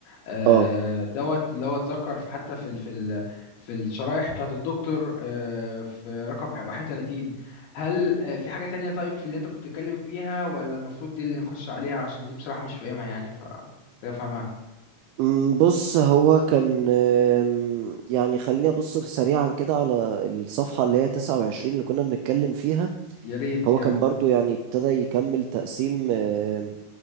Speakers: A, on the left; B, on the right.
A: آه،
B: اه
A: دوت اللي هو اتذكر في- حتى في ال... في ال... في الشرايح بتاعت الدكتور آه، في رقم 31 هل آه، في حاجه تانية طيب في اللي انت كنت بتتكلم فيها ولا المفروض دي اللي نخش عليها عشان دي بصراحه مش فاهمها يعني ف تفهمها
B: أمم، بص هو كان أم، يعني خليني أبص سريعا كده على الصفحة اللي هي 29 اللي كنا بنتكلم فيها
A: يا ريت
B: هو
A: يعني
B: كان برضو يعني ابتدى يكمل تقسيم أم،